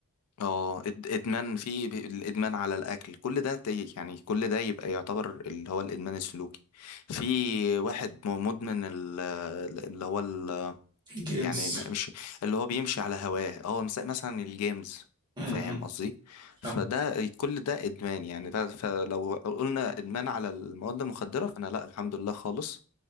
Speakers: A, on the left; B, on the right.
A: اه إد- ادمان في ب- الادمان على الاكل كل ده تي- يعني كل ده يبقى يعتبر اللي هو الادمان السلوكي في واحد م- مدمن ال- اللي هو ال-
B: جيمز
A: يعني م- مش اللي هو بيمشي على هواه اه مس- مثلا الجيمز
B: امم
A: فاهم قصدي فده
B: فاهم
A: كل ده ادمان يعني ف- فلو قلنا ادمان على المواد المخدرة فانا لا الحمد لله خالص